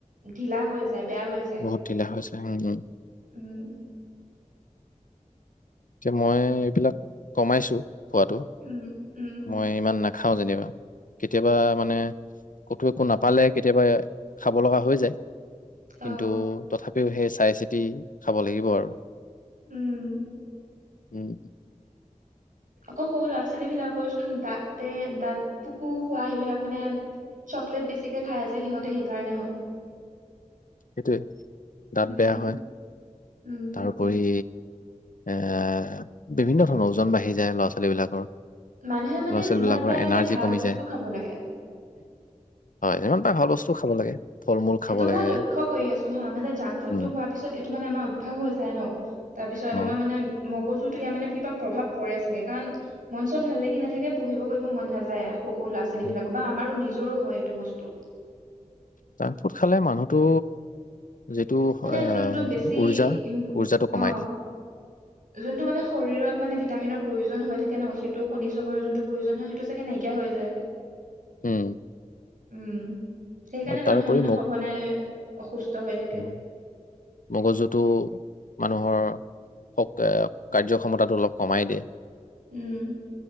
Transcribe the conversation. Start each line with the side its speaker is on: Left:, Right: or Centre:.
Right: ঢিলা হৈ যায় বেয়া হৈ যায়
Left: বহুত ঢিলা হৈছে উম উম
Right: উম
Left: এতিয়া মই এইবিলাক কমাইছো খোৱাতটো
Right: উম উম
Left: মই ইমান না খাওঁ যেনিবা কেতিয়াবা মানে কতো একো নাপালে কেতিয়াবা খাব লগা হৈ যায় কিন্তু
Right: অ
Left: তথাপি সেই চাই চিতি খাব লাগিব আৰু
Right: উম!
Left: উম।
Right: আকৌ সৰু ল'ৰা ছোৱালী বিলাকৰচোন দাঁতে, দাঁত পুকো খোৱা, সেইবিলাক মানে চকলেট বেছি খাই যে সিহঁতে সেইকাৰণে হয়।
Left: সেইটোৱে। দাঁত
Right: উম
Left: বেয়া হয়,
Right: উম
Left: তাৰোপৰি এ, বিভিন্ন ধৰণৰ, ওজন বাঢ়ি যায় ল'ৰা ছোৱালী বিলাকৰ।
Right: মানুহে মানে
Left: ল'ৰা ছোৱালী
Right: যিমান
Left: বিলাকৰ
Right: পাৰে মানে
Left: এনাৰ্জি
Right: ভাল
Left: কমি
Right: বস্তু
Left: যায়,
Right: খাব লাগে
Left: হয় যিমান পাৰে ভাল বস্তু টো খাব লাগে। ফল মূল খাব
Right: এইটো
Left: লাগে।
Right: মই লক্ষ্য কৰি আছো হা মানে জংক ফুডটো
Left: উম
Right: হোৱাৰ পিছত এইটো মানে আমাৰ ভাগ হৈ যায় ন! তাৰপিছত
Left: উম
Right: আমাৰ মানে, ম গজুতো ইায়াৰ মানে কিবা প্ৰভাৱ পৰে চাগে, কাৰণ মন চন ভাল লাগি নাথাকে। পঢ়িব কৰিব মন নাযায় আৰু সৰু লৰা ছোৱীবিলাকৰ
Left: উম,
Right: বা আমাৰো নি জৰো হয় এইটো বস্তু।
Left: জাংক ফুড খালে মানুহটো যিটো
Right: মানে
Left: আহ
Right: যোনটো বেছি
Left: উৰ্জা,
Right: ইম
Left: উৰ্জাটো কমাই
Right: অ
Left: দিয়ে।
Right: যোনটো মানে, শৰীৰত মানে ভিটামিনৰ প্ৰয়োজন হৈ থাকে ন, সেইটো খনিজ লৱণৰ যোনটো প্ৰয়োজন হয়, সেইটো চাগে নাইকিয়া হৈ যায়।
Left: উম।
Right: উম। সেইকাৰণে
Left: আৰু তাৰোপৰি
Right: মানুহে মানে সঘনাই অসুস্থ হৈ থাকে।
Left: উ মগজুটো মানুহৰ <unintelligible> কাৰ্যক্ষমতাটো অলপ কমাই দিয়ে।
Right: উম